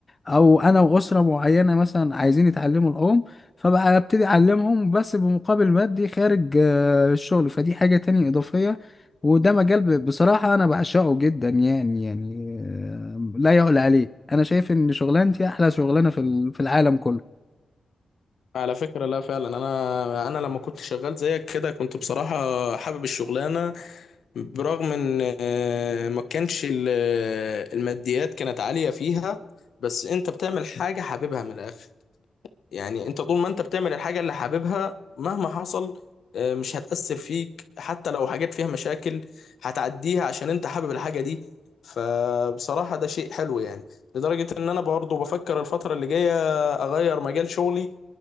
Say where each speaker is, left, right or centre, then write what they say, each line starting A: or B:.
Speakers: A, on the left; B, on the left.
A: او انا واسره معينه مثلا عايزين يتعلموا العوم فبقى ابتدي اعلمهم بس بمقابل مادي خارج آه، الشغل فدي حاجة تانية إضافية وده مجال ب- بصراحة أنا بعشقه جدا يعني يعني آه، لا يعلى عليه أنا شايف إن شغلانتي أحلى شغلانة في ال- في العالم كله
B: على فكرة لا فعلا انا انا لما كنت شغال زيك كده كنت بصراحة حابب الشغلانة برغم ان آه، ما كانش ال- آه، الماديات كانت عالية فيها بس انت بتعمل حاجة حاببها من الاخر يعني انت طول ما انت بتعمل الحاجة اللي حاببها مهما حصل آه، مش هتأثر فيك حتى لو حاجات فيها مشاكل هتعديها عشان انت حابب الحاجة دي فبصراحة ده شيء حلو يعني لدرجة ان انا برضه بفكر الفترة اللي جاية اغير مجال شغلي